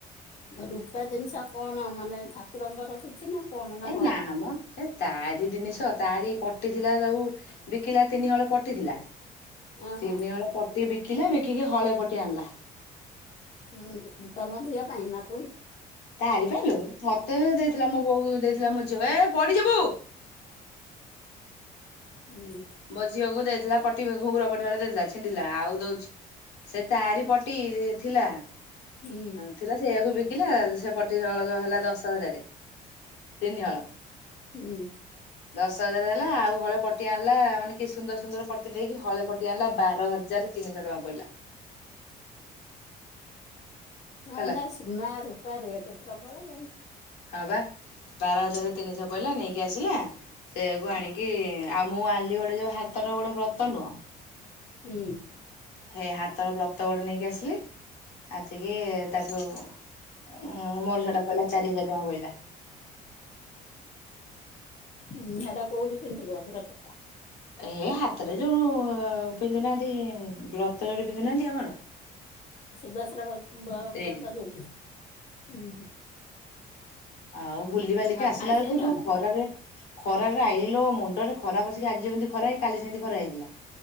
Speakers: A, on the left; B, on the left.
A: ରୂପା ଜିନିଷ କଣ ମାନେ ଠାକୁରଙ୍କର କିଛି ନା କଣ
B: ଏ
A: ଘର
B: ନା
A: ପାଇଁ?
B: ଆମ ଏ ତାରି ଜିନିଷ ତାରି ପଟି ଥିଲା ସବୁ ବିକିଲା ତିନି ହଳ ପଟିଥିଲା
A: ଓହୋ
B: ତିନି ହଳ ପଟି ବିକିଲା ବିକିକି ହଳ ପଟି କିଏ ଆଣିଲା?
A: ହୁଁ ତମ ଝିିଅ ପାଇଁ ନାତୁଣୀ।
B: ତାରି ପାଇଁ ଲୋ। ମତେ ଦେଇଥିଲା ମୋ ବୋଉ ଦେଇଥିଲା ମୋ ଝିଅ ଏ ପଡିଯିବୁ।
A: ହୁଁ
B: ମୋ ଝିଅ କୁ ଦେଇ ଥି ଲା ପଟି ଘୁଘୁର ପଟି ହଳେ ଦେଇଥିଲା ଚିଣ୍ଡିଲା ଆଉ ଦଉଛି ସେ ତାରି ପ ଟି ଥିଲା
A: ହୁଁ
B: ଥିଲା ଆ ସେଇୟଆକୁ ବିକିଲା। ସେ ପଟି ହଳ ହେଲା ଦଶ ହଜାର ତିନି ହଳ।
A: ହୁଁ
B: ଦଶ ହଜାର ହେ ଆଉ ହଳ ପଟିଆ ଆଣିଲା ମାନେ କି ସୁନ୍ଦର ସୁନ୍ଦର ପଟି ଦେଇକି ହଳ ପଟିଆ ଆଣିଲା ବାର ହଜାରରେ ତିନିଶହ ଟଙ୍କା ପଡ଼ିଲା ହେଲା।
A: ହଁ
B: ହେଲା
A: ଏନା ସୁନା ରୂପା ରେଟ ପ୍ରବଳ।
B: ହଁ ବା ବାର ହଜାର ତିନିଶହ ପଇଲା ନେଇକି ଆସିଲା। ସେୟାକୁ ଆଣିକି ଆଉ ମୁଁ ଆଣିଲି ଗୋଟେ ଯୋଉ ହାତର ଗୋଟେ ବ୍ରତ ନୁହଁ।
A: ହୁଁ।
B: ସେଇ ହାତର ବ୍ରତ ଗୋଟେ ନେଇକି ଆସିଲି ଆସିକି ତାକୁ ଉଁ ମୋର ସେଇଟା ପଇଲା ଚାରି ହଜାର ଟଙ୍କା ପଇଲା।
A: ହୁଁ ହେଇଟା କୋଉଠି ପିନ୍ଧିବ ବ୍ରତ ଟା?
B: ଏ ହାତରେ ଯୋଉ ପିନ୍ଧୁନାହାନ୍ତି ବ୍ରତ ଯୋଡି ପିନ୍ଧୁନାହାନ୍ତି ଆମର।
A: ସୁଦସ୍ରା ଵ୍ର ବ
B: ସେଇଠି
A: ବ୍ରତ ଯୋଉଟି ହୁଁ ହୁଁ।
B: ଆଉ ବୁଲିିବାଲିକି
A: ଆଉ
B: ଆସିଲା
A: ଖାଇସାଇଲଣି?
B: ବେଳକୁ ଯୋଉ ଖରା ରେ। ଖରାରେ ଆଇଲୋ ମୁଣ୍ଡରେ ଖରାପ ପସିକି ଆଜି ଯେମିତି ଖରା ହେଇି କାଲି ସେମିତି ଖରା ହେଇଥିଲା।